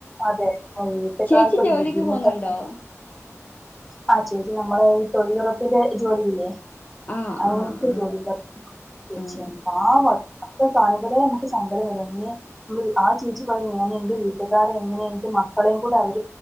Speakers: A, in the centre; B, on the left.
A: അതെ വീട്ടക്കാർക്ക്
B: ചേച്ചി
A: ഒരു
B: ജോലിക്ക്
A: ബുദ്ധിമുട്ടക്ക
B: പോന്നുണ്ടോ?
A: ആ ചേച്ചി നമ്മള ഈ തൊഴിലുറപ്പിന്റെ ജോലില്ലേ
B: ആഹ്
A: അങ്ങനത്തെ
B: ആഹ് ആഹ്
A: ജോലിക്കാേ ചേച്ചിയാണ്
B: ആഹ്
A: പാവട്ടെ കാണുമ്പോലെ നമുക്ക് സങ്കടം വരും അങ്ങനെ നമ്മ ആ ചേച്ചി പറ ഞാൻ എന്റെ വീട്ടുകാരെ എങ്ങനെ എന്റെ മക്കളെയും കൂടെ അവ